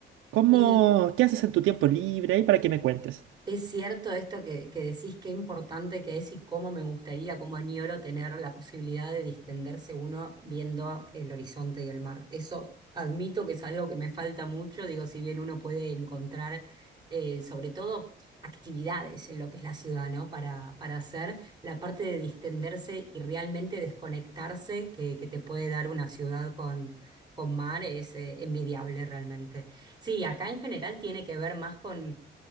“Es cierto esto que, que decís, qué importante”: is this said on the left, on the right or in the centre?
Right